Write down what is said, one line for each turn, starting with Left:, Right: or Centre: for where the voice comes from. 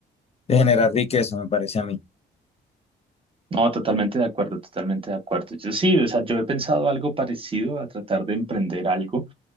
Left: de generar riqueza, me parece a mí,
Right: No, totalmente de acuerdo, totalmente de acuerdo. Yo sí, o sea, yo he pensado algo parecido a tratar de emprender algo.